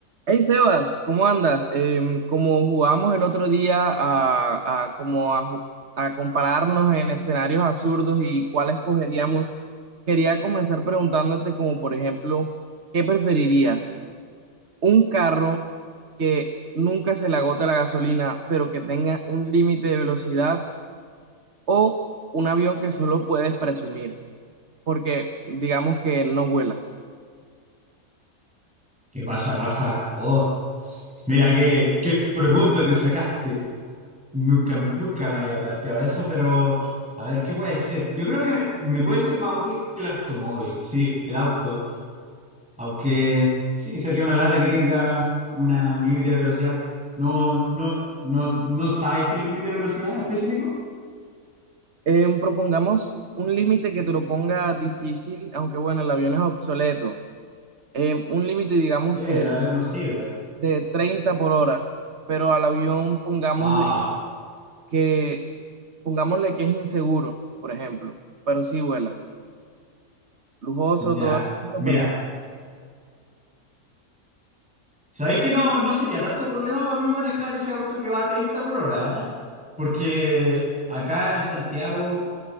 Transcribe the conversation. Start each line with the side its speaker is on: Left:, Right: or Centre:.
Right: Hey Sebas, ¿cómo andas? Em, como jugamos el otro día a, a como a, ju- a compararnos en escenarios absurdos y cuál escogeríamos, quería comenzar preguntándote como por ejemplo, ¿qué preferirías? ¿Un carro que nunca se le agota la gasolina, pero que tenga un límite de velocidad o un avión que solo puedes presumir, porque digamos que no vuela?
Centre: ¿Qué pasa, Rafa? Oh, mira qué, qué pregunta te sacaste. Nunca, me- nunca me había planteado eso, pero a ver, ¿qué puede ser? Yo creo que me, me puede ser más útil el automóvil, sí, el auto. Aunque sí, sería una lata que tenga una, un límite de velocidad. No, no, no, ¿no sabes el límite de velocidad específico?
Right: Eh, propongamos un límite que te lo ponga difícil, aunque bueno, el avión es obsoleto. Eh, un límite, digamos
Centre: Sí, el
Right: que
Centre: avión no sirve.
Right: de 30 por hora, pero al avión pongámosle
Centre: Ah,
Right: que, pongámosle que es inseguro, por ejemplo, pero sí vuela. Lujoso,
Centre: ya.
Right: todo hermoso,
Centre: Mira,
Right: pero in-
Centre: ¿Sabéis que no, no sería tanto problema para mí manejar ese auto que va a 30 por hora? ¿ah? Porque acá en Santiago